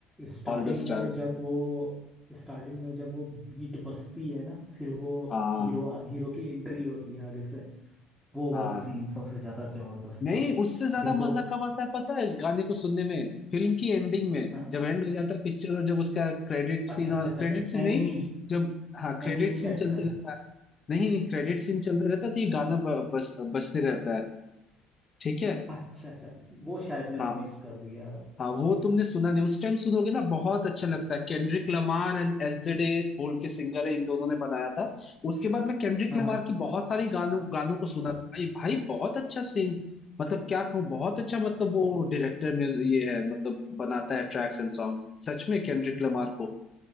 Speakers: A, in the centre; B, on the left.
A: स्टार्टिंग
B: All the
A: में
B: stars
A: जब वो स्टार्टिंग में जब वो बीट बजती है ना फिर वो
B: हाँ
A: हीरो हीरो की एंट्री होती है आगे से वो
B: हाँ
A: वाला सीन सबसे ज्यादा जबरदस्त
B: नहीं
A: था
B: उससे ज्यादा
A: दिल
B: मजा
A: को
B: कब आता है पता है इस गाने को सुनने में फिल्म की एंडिंग में
A: हाँ,
B: जब एंड हो जाता है पिक्चर और जब उसका क्रेडिट सीन
A: अच्छा
B: और
A: अच्छा अच्छा
B: क्रेडिट
A: अच्छा
B: सीन नहीं
A: एनिमी
B: जब हाँ क्रेडिट
A: एनिमी
B: सीन
A: टाइप
B: चलते
A: का
B: रहता है नहीं नहीं क्रेडिट सीन चलते रहता है तो ये गाना ब, बस बजते रहता है ठीक है
A: अच्छा अच्छा वो शायद मैंने
B: हाँ।
A: मिस कर दिया
B: हाँ वो तुमने सुना नहीं उस टाइम सुनोगे ना बहुत अच्छा लगता है केंड्रिक लमार एंड एसजेडे बोल के सिंगर है इन दोनों ने बनाया था उसके बाद मैं केंड्रिक
A: हाँ
B: लमार
A: हाँ
B: की बहुत सारी गानों गानों को सुना भाई भाई बहुत अच्छा सिंग मतलब क्या कहूँ बहुत अच्छा मतलब वो डायरेक्टर में ये है मतलब बनाता है ट्रैक्स एंड सॉन्ग सच में केंड्रिक लमार को